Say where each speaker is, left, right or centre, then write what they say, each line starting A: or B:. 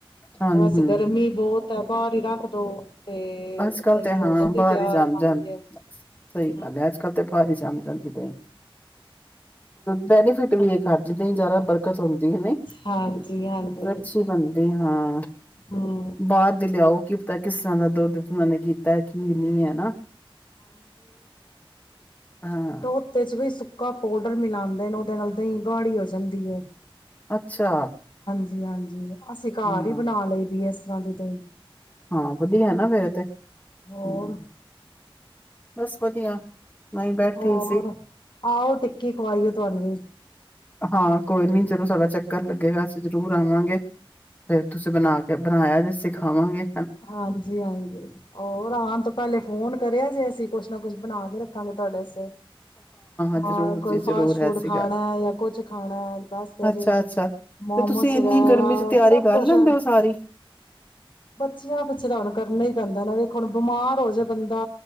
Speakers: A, on the left (about 15°); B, on the left (about 55°).
A: ਹਾਂ ਹਮ
B: ਬਸ ਗਰਮੀ ਬਹੁਤ ਤੇ ਬਾਹਰ ਹੀ ਰੱਖ ਦੋ ਤੇ
A: ਅੱਜ ਕੱਲ
B: ਦਹੀਂ
A: ਤੇ ਹਾਂ
B: ਹੋ ਜਾਂਦੀ
A: ਬਾਹਰ
B: ਤਿਆਰ
A: ਹੀ ਜੰਮ
B: ਹਾਂਜੀ
A: ਜਾਣ ਸਹੀ
B: ਹਾਂ
A: ਗੱਲ ਹੈ, ਅੱਜ ਕੱਲ ਤੇ ਬਾਹਰ ਹੀ ਜੰਮ ਹਾਂਜੀ ਭੈਣਜੀ ਬੈਨੀਫਿਟ ਵੀ ਇਹ ਖਾਣ ਚ ਜ਼ਿਆਦਾ ਬਰਕਤ ਹੁੰਦੀ ਹੈਂ ਨਹੀਂ,
B: ਹਾਂਜੀ ਹਾਂਜੀ
A: ਅੱਛੀ ਬਣਦੀ ਹਾਂ।
B: ਹਮ
A: ਬਾਹਰ ਦੀ ਲਿਆਓ ਕੀ ਪਤਾ ਕਿਸ ਤਰ੍ਹਾਂ ਦਾ ਦੁੱਧ ਉਹਨਾਂ ਨੇ ਕੀਤਾ ਕਿ ਨੀ ਹੈ ਹਨਾ। ਹਾਂ
B: ਦੋ ਤੇਜ ਵੀ ਸੁੱਕਾ ਪਾਊਡਰ ਮਿਲਾਦੇ ਨੇ, ਉਹਦੇ ਨਾਲ ਦਹੀਂ ਗਾੜੀ ਹੋ ਜਾਂਦੀ ਏ।
A: ਅੱਛਾ
B: ਜੀ ਹਾਂਜੀ ਅਸੀਂ ਘਰ
A: ਹਾਂ
B: ਹੀ ਬਣਾ ਲਈ ਦੀ ਐ। ਚਾਂਦੀ ਤੋਂ
A: ਹਾਂ ਵਧੀਆ ਨਾ ਫੇਰ ਇਹ ਤੇ,
B: ਹੋਰ
A: ਹੁੰ ਬਸ ਵਧੀਆ ਮੈਂ ਵੀ ਬੈਠੀ
B: ਹੋਰ,
A: ਸੀ
B: ਆਹੋ ਟਿੱਕੀ ਖਵਾਈ ਆ ਤੁਹਾਨੂੰ ਵੀ
A: ਹਾਂ ਕੋਈ ਨੀ ਜਦੋਂ ਸਾਡਾ ਚੱਕਰ ਲੱਗੇਗਾ ਅਸੀਂ ਜਰੂਰ ਆਵਾਂਗੇ। ਫੇਰ ਤੁਸੀਂ ਬਣਾ ਕੇ ਬਣਾਇਆ ਜਿ ਸਿਕ ਖਾਵਾਂਗੇ
B: ਹਾਂਜੀ ਹਾਂਜੀ ਹੋਰ ਆਣ ਤੋਂ ਪਹਿਲੇ ਫੋਨ ਕਰਿਆ ਜੇ ਅਸੀਂ ਕੁਛ ਨਾ ਕੁਛ ਬਣਾ ਕੇ ਰੱਖਾਂਗੇ ਤੁਹਾਡੇ ਵਸਤੇ
A: ਜ਼ਰੂਰ
B: ਹਾਂ ਕੋਈ
A: ਜੀ
B: ਫਾਸਟ
A: ਜ਼ਰੂਰ
B: ਫੂਡ
A: ਐਸੀ
B: ਖਾਣਾ
A: ਗੱਲ
B: ਜਾਂ ਕੁਛ ਖਾਣਾ ਹੈ ਦੱਸਦੇ
A: ਅੱਛਾ
B: ਜੇ
A: ਅੱਛਾ
B: ਮੋਮੋਸ
A: ਤੇ ਤੁਸੀਂ
B: ਵਗੈਰਾ
A: ਇੰਨੀ ਗਰਮੀ ਚ ਤਿਆਰੀ
B: ਸਭ
A: ਕਰ
B: ਕੁਛ
A: ਲੈਂਦੇ ਹੋ ਸਾਰੀ
B: ਬੱਚੀਆਂ ਪਿੱਛਨ ਕਰਨਾ ਹੀ ਪੈਂਦਾ ਨਾ ਵੇਖ ਹੁਣ ਬਿਮਾਰ ਹੋ ਜਾੇ ਬੰਦਾ